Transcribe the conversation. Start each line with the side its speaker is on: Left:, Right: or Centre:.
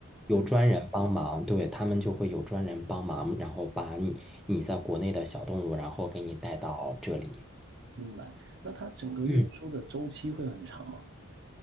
Centre: 有专人帮忙，对，他们就会有专人帮忙，然后把你你在国内的小动物，然后给你带到这里。
Right: 明白，那它整个运输的周期会很长吗？
Centre: 嗯，